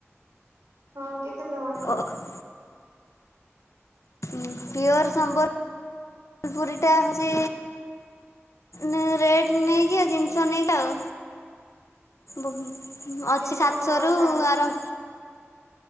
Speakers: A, on the right (about 80°); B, on the left (about 90°).
A: ହଁ କେତେ ଟଙ୍କା?
B: ଓ। ପିଓର ସମ୍ବଲପୁରୀଟା ହଉଛି ନାଇଁ ରେଟ ନେଇକି ଆଉ ଜିନିଷ ନେଇକି ଆଉ ବ ଅଛି
A: କେତେ
B: ସାତଶହରୁୁ
A: କଣ ଷ୍ଟାର୍ଟିଂ
B: ଆର